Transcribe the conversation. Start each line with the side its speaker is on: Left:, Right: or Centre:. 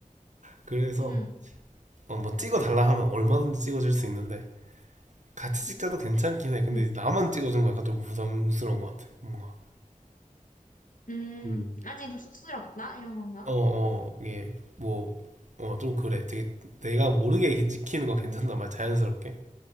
Right: 그래서
Left: 응,
Right: 어, 뭐 찍어달라 하면 얼마든지 찍어줄 수 있는데 같이 찍자도 괜찮긴 해. 근데
Left: 응.
Right: 나만 찍어준 거 약간 좀 부담스러운 것 같아. 뭔가.
Left: 음,
Right: 음.
Left: 아직 좀 쑥스럽다? 이런 건가?
Right: 어, 어, 이게 뭐, 어, 좀 그래. 되게 내가 모르게 이렇게 찍히는 건 괜찮단 말이야. 자연스럽게.